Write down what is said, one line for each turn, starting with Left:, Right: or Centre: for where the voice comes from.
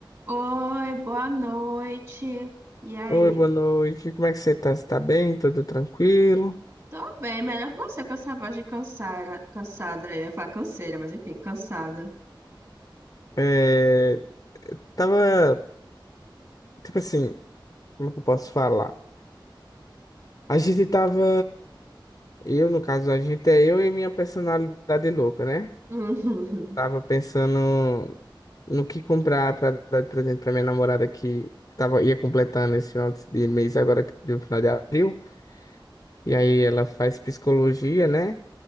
Right: Oi, boa noite. E aí?
Left: Oi, boa noite. Como é que você tá? Você tá bem? Tá Tudo tranquilo?
Right: Tô bem, melhor que você com essa voz de cansada. Cansada, eu ia falar canseira, mas enfim, cansada.
Left: É, tava, tipo assim, como é que eu posso falar? A gente tava, eu no caso, a gente é eu e minha personalidade louca, né?
Right: <laughs>
Left: Tava pensando no que comprar pra dar de presente pra minha namorada que tava, ia completando esse final de de mês agora, que deu final de abril. E aí ela faz psicologia, né?